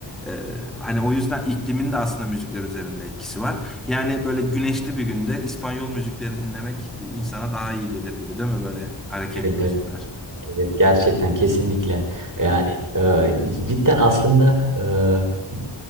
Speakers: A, in the centre; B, on the right.
A: Ee, hani o yüzden iklimin de aslında müzikler üzerinde etkisi var. Yani böyle güneşli bir günde İspanyol müzikleri dinlemek insana daha iyi gelir gibi değil mi böyle hareketli
B: Evet,
A: müzikler?
B: evet. Evet gerçekten kesinlikle yani e, cidden aslında e,